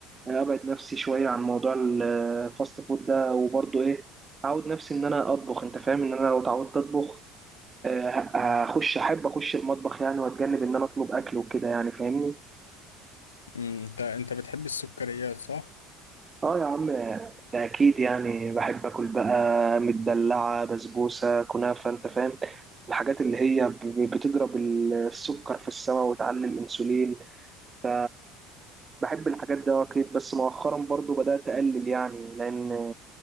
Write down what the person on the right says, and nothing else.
آه، أبعد نفسي شوية عن موضوع الفاست فود ده وبرضو إيه أعود نفسي إن أنا أطبخ أنت فاهم إن أنا لو اتعودت أطبخ آه، ه- هخش أحب أخش المطبخ يعني وأتجنب إن أنا أطلب أكل وكده يعني فاهمني
اه يا عم ده اكيد يعني بحب اكل بقى مدلعه بسبوسه كنافه انت فاهم الحاجات اللي هي ب- ب- بتضرب السكر في السماء وتعلي الانسولين ف بحب الحاجات دي آه، اكيد بس مؤخرا برضو بدات اقلل يعني لان